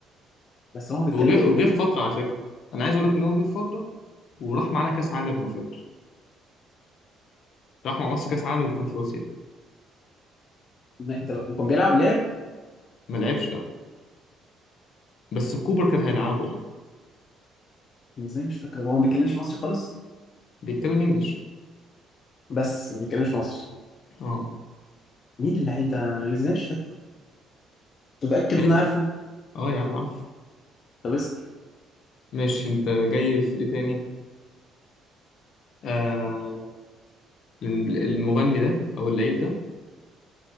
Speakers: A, on the left (about 40°); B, on the left (about 60°).
A: بس هو ما بيتكلمش
B: وجه وجه
A: ما بيتكلمش-
B: في فترة على فكرة انا عايز اقول لك ان هو جه في فترة وراح معانا كاس عالم لو فاكر راح مع مصر كاس عالم اللي كان في روسيا
A: ما- طب وكان بيلعب لعب
B: ما لعبش لا بس كوبر كان هيلعبه يعني
A: أنا ازاي مش فاكر هو ما بيتكلمش مصري خالص
B: بيتكلم انجلش
A: بس ما بيتكلمش مصري
B: اه
A: مين اللعيب ده أنا ازاي مش فاكر انت متاكد
B: ماشي
A: ان انا عارفه
B: اه يا عم عارف
A: طب اسال
B: مش انت جاي في ايه تاني آه المغني ده او اللعيب ده